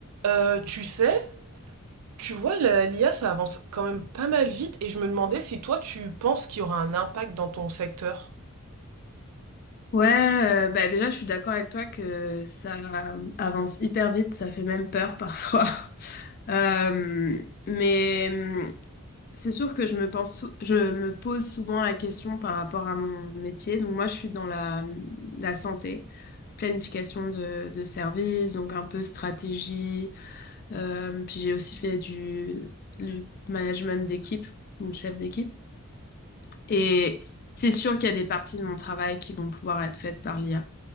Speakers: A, on the right; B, on the left.
A: Euh, tu sais, tu vois, la- l'IA, ça avance quand même pas mal vite et je me demandais si toi, tu penses qu'il y aura un impact dans ton secteur.
B: Ouais, euh, bah déjà, je suis d'accord avec toi que ça avance hyper vite, ça fait même peur parfois. <laughs> Euh, mais euh, c'est sûr que je me pense, sou- je me pose souvent la question par rapport à mon métier. Donc moi, je suis dans la, mm, la santé, planification de, de services, donc un peu stratégie. Euh, puis j'ai aussi fait du, du management d'équipe, donc chef d'équipe. Et c'est sûr qu'il y a des parties de mon travail qui vont pouvoir être faites par l'IA.